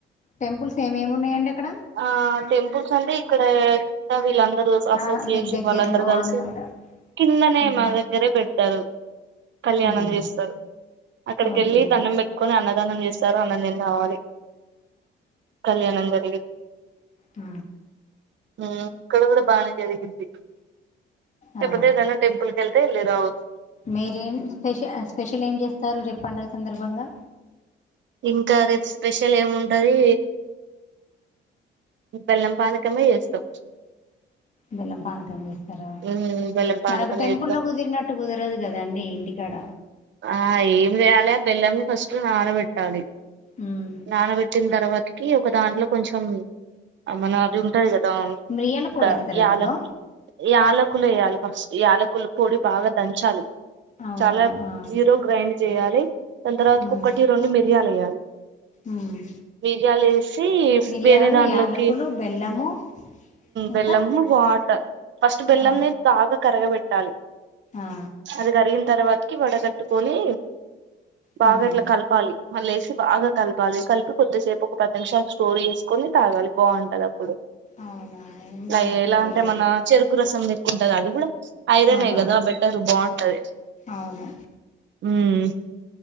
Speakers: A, on the left; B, on the right.
A: టెంపుల్స్ ఏమేమి ఉన్నాయండి అక్కడ
B: ఆ టెంపుల్స్ అంటే ఇక్కడ వీళ్లంతా దరు అసోసియేషన్
A: ఆ మీకు దగ్గరలో
B: వాళ్ళందరూ కలిసి
A: ఆంధ్రాలో
B: కిందనే
A: ఉమ్
B: మా దగ్గరే పెడతారు కళ్యాణం
A: ఉహు
B: చేస్తారు అక్కడికి
A: ఓకే
B: వెళ్ళి దన్నం పెట్టుకని అన్న దానం చేస్తారు అన్నం తిని రవళి కళ్యాణందరి
A: ఉ
B: మక్కడ కూడా బానే జరిగింది లేకపోతే
A: ఆ
B: ఏదైనా టెపల్ కెళ్తే లేదా
A: మీరేం స్పెషల్ స్పెషల్ ఏం చేస్తారు రేపు పడుగ సందర్భంగా
B: ఇంకా రేపు స్పెషల్ ఏముంటుంది బెల్లం పానకమే చేస్తాం
A: బెల్లం పానకం చేస్తారా
B: ఉమ్ బెల్లం పానకం
A: మనకు టెంపుల్లో
B: చేస్తాం
A: కుదిరినట్టు కుదరదు కదాండి ఇంటికాడ
B: ఆ ఏం చేయాలి ఆ బెల్లంని ఫస్ట్ నానబెట్టాలి
A: ఉమ్
B: నానబెట్టిన తర్వాతికి ఒకే ఒక దాంట్లో కొంచెం మన టుంటజర్
A: మిరియాల
B: ఇంకా
A: పొడి వేస్తారు
B: యాలకు
A: అందులో
B: యాలకులు వేయాలి ఫస్ యలకుల పొడి బాగా దంచాలి
A: అవునా
B: చాలా
A: ఆ
B: జీరో గ్రైండ్ చేయాలి దాని తర్వాత
A: ఉమ్
B: ఒక్కటి రెండు మిరియాలు వేయాలి
A: ఉమ్
B: మిరియాలు వేసి
A: మిరియాలు
B: వేరే దాంట్లోకి
A: యాలకులు బెల్లము ఇంకా
B: బెల్లము వాటర్ ఫస్ట్ బెల్లం
A: వా
B: నీ కాగ కరగబెట్టాలి
A: ఆ
B: అది కరిగిన తర్వాత కి వాడ కట్టుకోని బాగాట్లా
A: హ్మ్
B: కలపాలి వాళ్ లేసి బాగా కలపాలి కలిపి కొద్దిసేపు ఒక పది నిమిషాలు స్టోర్ చేసుకొని తాగాలి బాగుంటది డు
A: అవునా మేము
B: రై
A: ఎప్పుడు
B: ఎలా
A: చేయలేదు
B: అంటే మన చెరుకు రసం ఎక్కుంటది అది కూడా ఐరనే
A: అవునవును
B: కదా బెటర్ బాగుంటది
A: అవును
B: ఉమ్